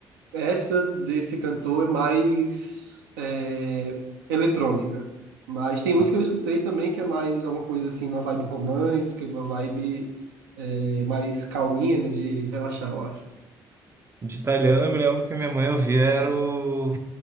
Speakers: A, on the right; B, on the right.
A: Essa desse cantor é mais é, eletrônica. Mas tem uns
B: nossa.
A: que eu escutei também que é mais uma coisa assim, uma vibe romântica, uma vibe é, mais calminha, né, de relaxar, eu acho.
B: De italiano, eu me lembro que minha mãe ouvia era o